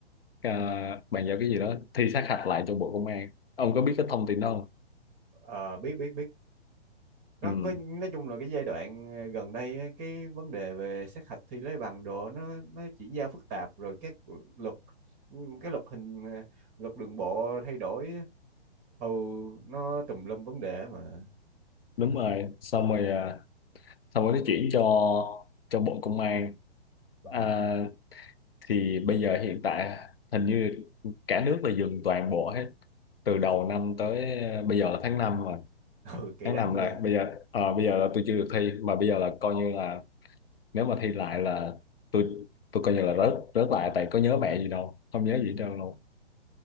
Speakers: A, on the left; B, on the right.
A: ờ, bàn giao cái gì đó thi sát hạch lại cho Bộ Công an ông có biết cái thông tin đó không
B: Ờ, biết biết biết. Nó
A: ừ,
B: có nói chung là cái giai đoạn ờ, gần đây á, cái vấn đề về sát hạch thi lấy bằng đồ nó nó chuyển giao phức tạp rồi các luật cái luật hình ờ, luật đường bộ thay đổi á. ừ nó tùm lum vấn đề mà
A: đúng rồi xong rồi à, xong rồi nó chuyển cho cho Bộ Công an
B: ờ
A: à, thì bây giờ hiện tại hình như cả nước là dừng toàn bộ hết từ đầu năm tới à, bây giờ là tháng 5, rồi
B: <laughs> ừ kỳ
A: tháng
B: đắng
A: 5 là
B: gì à
A: bây giờ ờ, bây giờ là tôi chưa được thi mà bây giờ là coi như là nếu mà thi lại là tôi tôi coi như là rớt rớt lại tại có nhớ mẹ gì đâu không nhớ gì hết trơn luôn